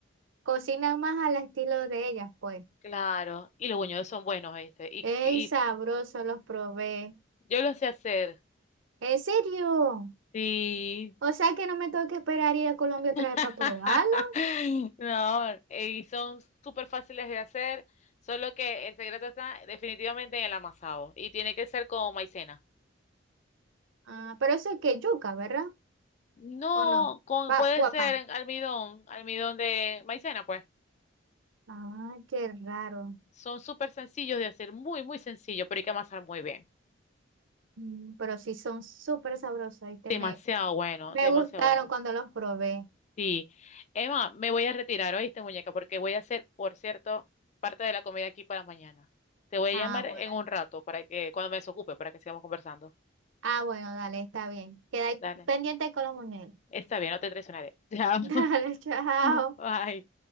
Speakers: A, on the right; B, on the left.
A: cocinan más al estilo de ellas, pues.
B: claro, y los buñuelos son buenos, ¿viste? Y,
A: Es
B: y
A: sabroso, los probé.
B: yo los sé hacer.
A: ¿En serio?
B: Sí,
A: O sea que no me tengo que esperar ir a Colombia otra
B: <laughs>
A: vez para probarlo.
B: No, eh, y son súper fáciles de hacer, solo que el secreto está definitivamente en el amasado y tiene que ser con maicena.
A: Ah, pero eso es que yuca, ¿verdad?
B: No,
A: ¿O no?
B: con,
A: Pa,
B: puede
A: puapá.
B: ser en almidón, almidón de maicena, pues.
A: Ah, qué raro.
B: Son súper sencillos de hacer, muy, muy sencillo, pero hay que amasar muy bien.
A: Mm, Pero sí son súper sabrosos, ¿viste?
B: Demasiado
A: Me,
B: bueno,
A: me
B: demasiado
A: gustaron
B: bueno.
A: cuando los probé.
B: Sí. Emma, me voy a retirar, ¿oíste, muñeca? Porque voy a hacer, por cierto, parte de la comida aquí para mañana. Te voy a
A: Ah,
B: llamar en
A: bueno.
B: un rato para que, cuando me desocupe, para que sigamos conversando.
A: Ah, bueno, dale, está bien. Queda
B: Dale.
A: pendiente con los muñecos.
B: Está bien, no te traicionaré. <laughs> Te amo.
A: <laughs> Dale, chao.
B: <laughs> Bye.